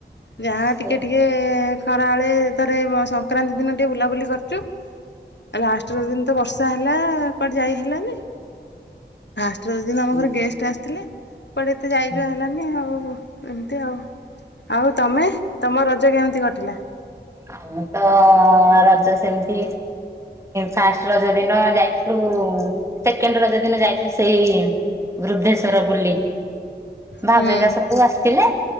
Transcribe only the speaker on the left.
ଯାହା
ଟିକେ ଟିକେ ଖରାବେଳେ ଥରେ। ସଂକ୍ରାନ୍ତି ଦିନ ଟିକଏ ବୁଲାବୁଲି କରୁଛୁ। ଲାଷ୍ଟ ର ଦିନ ତ ବର୍ଷା ହେଲା କୁଆଡେ ଯାଇ ହେଲାନି ଫଷ୍ଟ ଦିନ ଆମ
ଘର ଗେଷ୍ଟ ଆସିଥିଲେ। କପଡେ ଏତେ ଯାଇଯିବା
ହେଲାନି ଆଉ। ଏମତି ଆଉ ଆଉ ତମେ ତମ ରଜ କେମିତି କଟିଲା।
ହୁଁ